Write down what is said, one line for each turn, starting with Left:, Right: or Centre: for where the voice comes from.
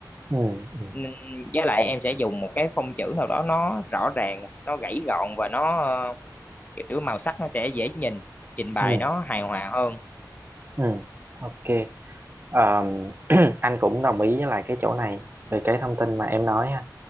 Right: ừ ừ
Left: Nên- với lại em sẽ dùng một cái phông chữ nào đó nó rõ ràng nó gãy gọn và nó ờ, kiểu màu sắc nó sẽ dễ nhìn trình bày
Right: ừ
Left: nó hài hòa hơn
Right: ừ. ok Ờm, <clears throat> anh cũng đồng ý với lại cái chỗ này về cái thông tin mà em nói ha